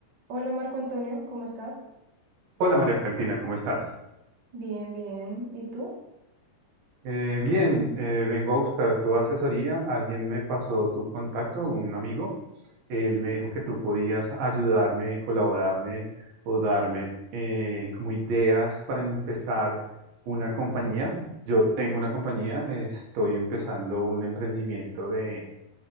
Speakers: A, on the right; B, on the right.
A: Hola Marco Antonio, ¿cómo estás?
B: Hola María Valentina, ¿cómo estás?
A: Bien, bien. ¿Y tú?
B: Eh, bien, eh, vengo a buscar tu asesoría. Alguien me pasó tu contacto, un amigo. Él me dijo que tú podías ayudarme, colaborarme o darme eh, como ideas para empezar una compañía. Yo tengo una compañía, eh, estoy empezando un emprendimiento de